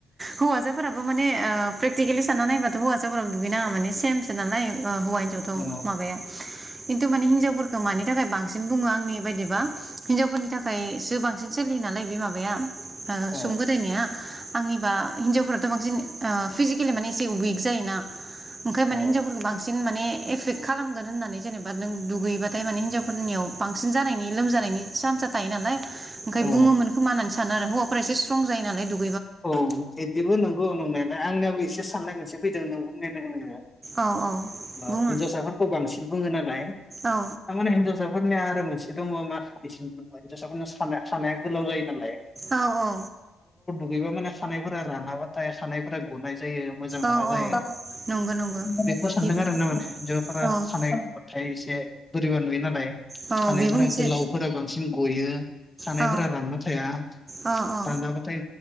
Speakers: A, on the right; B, on the left.
A: हौवासाफोराबो माने प्रेकटिकेलि साननानै नायबाथ' हौवासाफोराबो दुगैनाङा माने सेमसो नालाय् हौवा हिनजावथ
B: औ
A: माबाया। खिन्थु माने हिनजावफोरखौ मानि थाखाय बांसिन बुङो आंनि बायदिबा हिनजावफोरनि थाखायसो बांसिन सोलियो नालाय। बे माबाया। ओ सुंबोदायनिया।
B: औ
A: आंनिबा हिनजावफोराथ' बांसिन फिजिकेलि माने एसे उइिक जायोना। ओंखाय माने
B: औ
A: हिनजावफोरखौ बांसिन। बांसिन माने एफेक्ट खालामगोन होननानै जेनेबा नों दुगैयोबाथाय माने हिनजावफोरनियाव बांसिन जानायनि लोमजानायनि सान्सा थायो नालाय। ओंखाय
B: औ
A: बुङोमोन। आ सानो आरो हौवाफोरा एसे स्रं। जायो नालाय दुग।
B: औ बिदिबो नंगौ नोंनायलाय आंनियावो एसे साननाय मोनसे। फैदों नों बुंनाय लोगो लोगो
A: औ औ बुङो
B: ओ हिनजावसाफोरखौ बांसिन बुङो नालाय। थारमाने
A: औ
B: हिन्जावफोरनिया। आरो मोनसे दङ मा बि दिसा खानाया गोलाव जायो नालाय।
A: औ औ।
B: <unintelligible> माने खानायफोरा रानाबाथाय खानायफोरा गनाय जायो मोजां नङा
A: औ
B: जायो
A: औ नंगौ नंगौ
B: बेखौ सानदों
A: बेबो
B: आरो ना माने हिन्जावफोरा
A: औ
B: खानाय गबाथाय एसे बोरैबा नुयो नालाय
A: औ
B: खानायफोरा
A: बेबो मोनसे
B: गोलावफोरा बांसिन गयो खानायफोरा
A: औ
B: रानना थाया
A: औ औ
B: रानाबाथाय